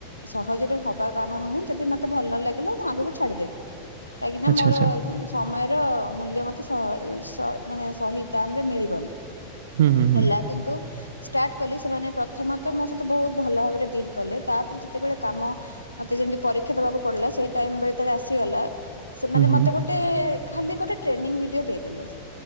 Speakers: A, on the left (about 85°); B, on the right (about 60°).
A: ସହଜରେ ହବା କାମ ନୁହେଁ ଯଦି ମୋତେ ଭଲ ନଲାଗିଲା ମୁଁ ଆଗକୁ ଛାଡ଼ିଦେବି। କାହିଁକି ନା
B: ଆଚ୍ଛା,
A: ମୋର
B: ଆଚ୍ଛା।
A: ସମୟର ମୂଲ୍ୟ ମତେ ସ ସ ମାନେ ସହିଦ ଦାମରେ ମିଳିବନି।
B: ହୁଁ, ହୁଁ, ହୁଁ,
A: ହେଲା କିନ୍ତୁ ଷ୍ଟାର୍ଟ କଲି ସେମାନେ ପ୍ରଥମତଃ ମୋ ସହିତ ବହୁତ ଭଲ ଭାବରେ ଡିଲ୍ କଲେ ତାପରେ ଯେତେବେଳେ କାମ ମତେ ଯେମିତି ପରୀକ୍ଷା ଦେବାକୁ ପଡିଲା ସେଇ ଟାଇମ ବେଳେ ଆସିଗଲା ସେମାନେ
B: ହୁଁ, ହୁଁ।
A: ମତେ ଗୋଟେ ଖାଲି ଗୋଟେ ଟ୍ରେନିଂ ଭିଡିଓ ଦେଇଦେଲେ